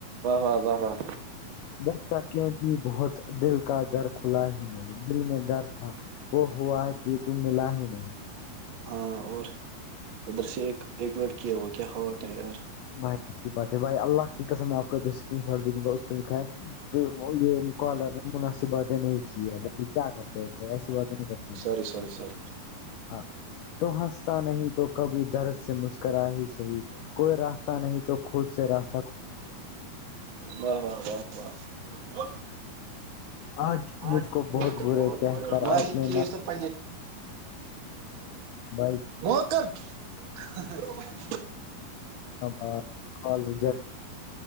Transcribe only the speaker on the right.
و و واہ
ہاں اور ادھر سے ایک ایک لڑکی ہے وہ کیا ہووٹ ہے یار
سر سر سر
و واہ واہ و
ہاں
ب
بہت
بے
کی
سب پ
وہ کر <unintelligible>